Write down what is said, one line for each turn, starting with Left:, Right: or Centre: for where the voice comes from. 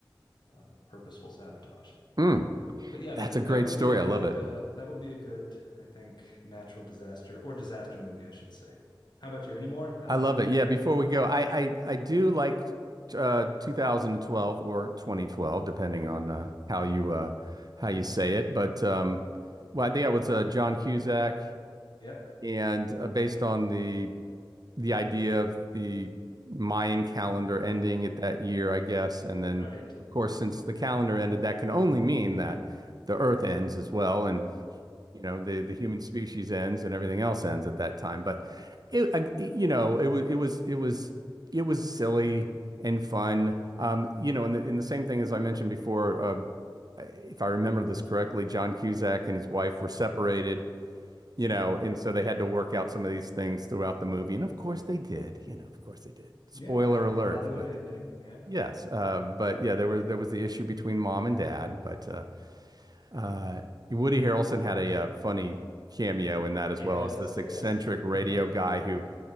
Left: uh, purposeful sabotage.
Right: Mm,
Left: But yeah,
Right: that's
Left: that would
Right: a great
Left: that would
Right: story.
Left: be a
Right: I
Left: good
Right: love it.
Left: uh, that would be a good, I think, natural disaster or disaster movie, I should say. How about you? Any more? Uh,
Right: I love it. Yeah, before we go, I I, I do like uh 2012 or 2012, depending
Left: yeah.
Right: on uh, how you uh how you say it. But um well, I think it was uh, John Cusack
Left: Yep.
Right: and uh, based on the the idea of the Mayan calendar ending at that year, I guess. And then
Left: Right.
Right: of course, since the calendar ended, that can only mean that the earth ends as well. And you know, the the human species ends and everything else ends at that time. But it, I- you know, it was it was it was it was silly and fun. Um, you know, and the, and the same thing as I mentioned before, uh, if I remember this correctly, John Cusack and his wife were separated. You know, and so they had to work out some of these things throughout the movie, and of course they did. You know, of course they did. Spoiler
Left: Yeah, happy
Right: alert,
Left: Hollywood
Right: but
Left: ending. Yeah.
Right: yes, um, but yeah, there was there was the issue between mom and dad, but uh, uh, Woody Harrelson had a uh, funny cameo in that as
Left: Yes,
Right: well as this eccentric
Left: yes.
Right: radio
Left: <laughs>
Right: guy who